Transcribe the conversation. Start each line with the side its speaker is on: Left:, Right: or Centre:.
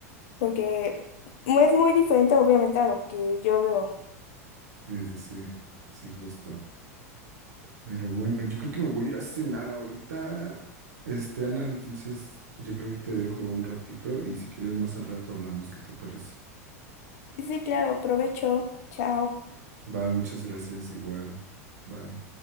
Left: porque es muy diferente obviamente a lo que yo veo.
Right: Sí, sí, sí, sí, justo. Pero bueno, yo creo que me voy a ir a cenar ahorita, este, Ana, entonces yo creo que te dejo un ratito y si quieres más al rato hablamos, ¿qué te parece?
Left: Sí, sí, claro, provecho. Chao.
Right: Va, muchas gracias, igual. Bye.